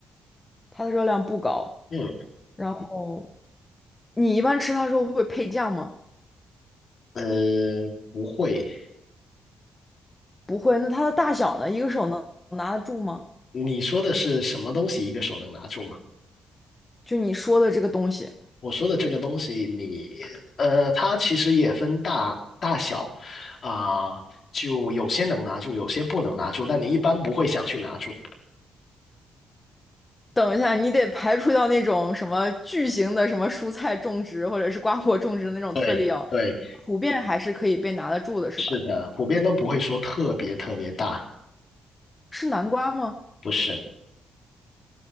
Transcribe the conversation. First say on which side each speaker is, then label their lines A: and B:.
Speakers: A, on the left; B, on the left.
A: 它的热量不高。
B: 嗯，
A: 然后你一般吃它的时候会配酱吗？
B: 呃，不会。
A: 不会。那它的大小呢？一个手能拿得住吗？
B: 你说的是什么东西一个手能拿住吗？
A: 就你说的这个东西。
B: 我说的这个东西你，呃，它其实也分大大小啊，就有些能拿住，有些不能拿住，但你一般不会想去拿住。
A: 等一下，你得排除掉那种什么巨型的什么蔬菜种植或者是瓜果种植的那种特例哦，
B: 对对。
A: 普遍还是可以被拿得住的，是吧？
B: 是的，普遍都不会说特别特别大，
A: 是南瓜吗？
B: 不是。